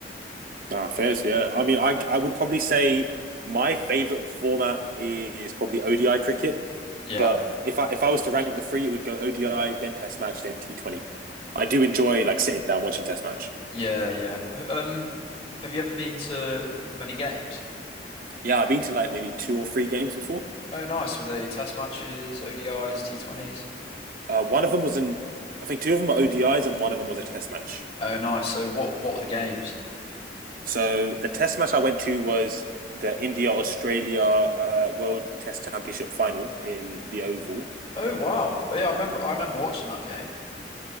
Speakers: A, on the right; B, on the left.
A: Nah, fairs, yeah. I mean, I I would probably say my favorite format is probably ODI cricket,
B: Yeah.
A: but if I if I was to rank the three, it would go ODI, then test match, then T20. I do
B: W-
A: enjoy like sitting down watching test match.
B: Yeah, yeah. Um, have you ever been to many games?
A: Yeah, I've been to like maybe two or three games before.
B: Oh, nice. Were they test matches, ODIs, T20s?
A: Uh, one of them was in, I think two of them were ODIs and one of them was a test match.
B: Oh, nice. So what what were the games?
A: So the test match I went to was the India Australia uh, World Test Championship final in the Oval.
B: Oh wow. Oh yeah, I remember I remember watching that game.